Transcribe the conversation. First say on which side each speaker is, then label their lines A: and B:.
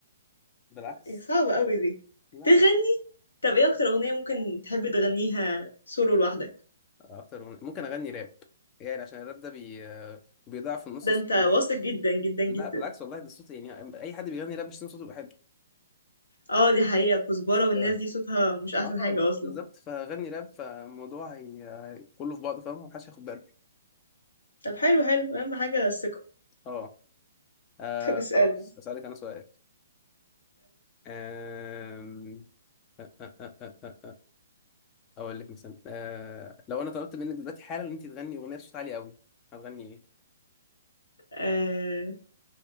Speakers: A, on the left; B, on the left.
A: بالعكس
B: إيه، صعبه قوي دي
A: لا
B: تغني طب ايه اكتر اغنيه ممكن تحب تغنيها سولو لوحدك
A: آه، اكتر أغنية. ممكن اغني راب يعني عشان الراب ده بي... بيضيع في النص
B: ده
A: الصوت
B: انت
A: المعفن.
B: واثق جدا جدا جدا
A: لا بالعكس والله ده الصوت يعني اي حد بيغني راب مش صوته بيبقى حلو
B: اه دي حقيقه كزبره والناس
A: لا
B: دي صوتها مش احسن
A: اه
B: حاجه اصلا
A: بالظبط فغني راب فالموضوع هي كله في بعضه فاهم محدش هياخد باله
B: طب حلو حلو اهم حاجه الثقه
A: اه آه،
B: <laughs> طب اسالني
A: خلاص هسألك انا سؤال آم، آه، آه، آه، آه، آه، آه، اقول لك مثلا آه، لو انا طلبت منك دلوقتي حالا ان انت تغني اغنيه بصوت عالي قوي هتغني ايه
B: اسالني